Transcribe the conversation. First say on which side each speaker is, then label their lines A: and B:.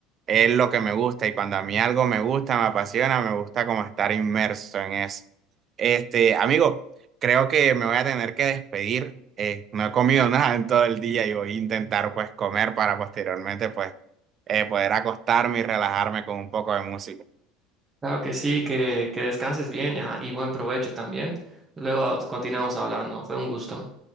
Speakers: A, on the right; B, on the right.
A: es lo que me gusta y cuando a mí algo me gusta, me apasiona, me gusta como estar inmerso en eso. Este, amigo, creo que me voy a tener que despedir. Eh, no he comido <laughs> nada en todo el día y voy a intentar pues comer para posteriormente pues eh, poder acostarme y relajarme con un poco de música.
B: Claro que sí, que, que descanses bien, ah, y buen provecho también. Luego continuamos hablando. Fue un gusto.